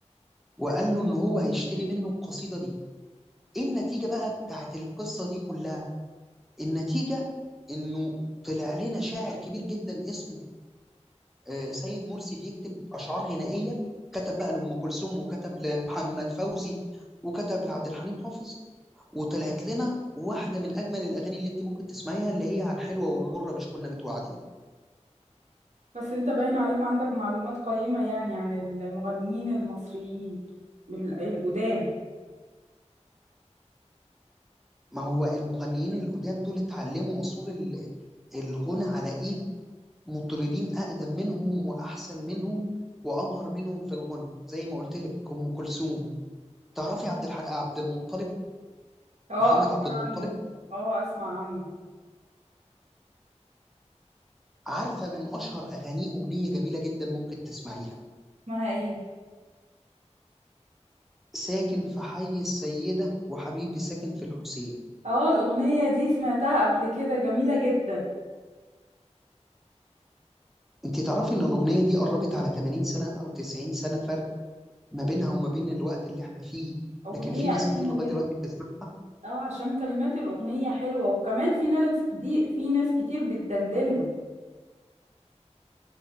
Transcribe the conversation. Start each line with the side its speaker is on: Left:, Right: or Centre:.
Centre: وقال له إن هو هيشتري منه القصيدة دي إيه النتيجة بقى بتاعت القصة دي كلها النتيجة إنه طلع لنا شاعر كبير جدا اسمه آه، سيد مرسي بيكتب اشعار غنائيه كتب بقى لام كلثوم وكتب لمحمد فوزي وكتب لعبد الحليم حافظ وطلعت لنا واحده من اجمل الاغاني اللي انت ممكن تسمعيها اللي هي على الحلوه والمره مش كنا متوعدين
Right: بس انت باين عليك عندك معلومات قيمة يعني عن المغنيين المصريين ال- القدام
Centre: ما هو المغنيين القدام دول اتعلموا اصول ال- الغنى على ايد مطربين اقدم منهم واحسن منهم وامهر منهم في الغنى زي ما قلت لك ام كلثوم تعرفي عبد الح... عبد المطلب
Right: اه
Centre: محمد
Right: اسمع
Centre: عبد المطلب
Right: عنه اه اسمع عنه
Centre: عارفة من أشهر أغانيه أغنية جميلة جدا ممكن تسمعيها
Right: اسمها ايه
Centre: ساكن في حي السيدة وحبيبي ساكن في الحسين
Right: اه الأغنية دي سمعتها قبل كده جميلة جدا
Centre: أنت تعرفي إن الأغنية دي قربت على 80 سنة أو 90 سنة فرق ما
Right: أغ-
Centre: بينها وما بين الوقت اللي إحنا فيه
Right: أغنية
Centre: لكن في ناس
Right: قديمة
Centre: كتير لغاية
Right: جدا
Centre: دلوقتي بتسمعها
Right: اه عشان كلمات الأغنية حلوة وكمان في ناس دي في ناس كتير بتدندنها